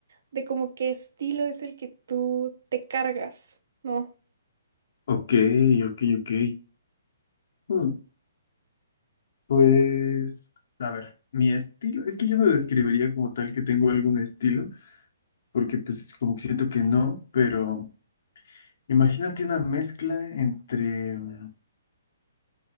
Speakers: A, on the right; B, on the left.
A: de cómo qué estilo es el que tú te cargas, ¿no?
B: Ok, ok, ok. Hmm, Pues, a ver, mi estilo, es que yo no describiría como tal que tengo algún estilo, porque pues como que siento que no, pero imagínate una mezcla entre, no